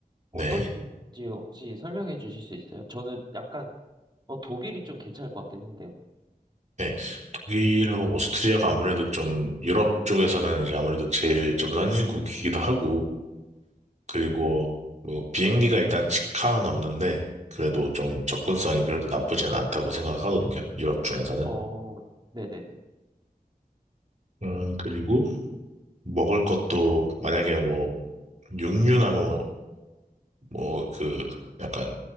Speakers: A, on the right (about 50°); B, on the right (about 30°).
A: 네.
B: 어떤지 혹시 설명해 주실 수 있어요? 저는 약간 어, 독일이 좀 괜찮을 것 같긴 한데요.
A: 네. 독일하고 오스트리아가 아무래도 좀 유럽 쪽에서는 이제 아무래도 제일 좀 선진국이기도 하고 그리고 뭐 비행기가 일단 직항은 없는데 그래도 좀 접근성이 그래도 나쁘진 않다고 생각하거든요. 유럽 중에서는.
B: 어, 네네네.
A: 음, 그리고 먹을 것도 만약에 뭐 육류나 뭐 뭐 그 약간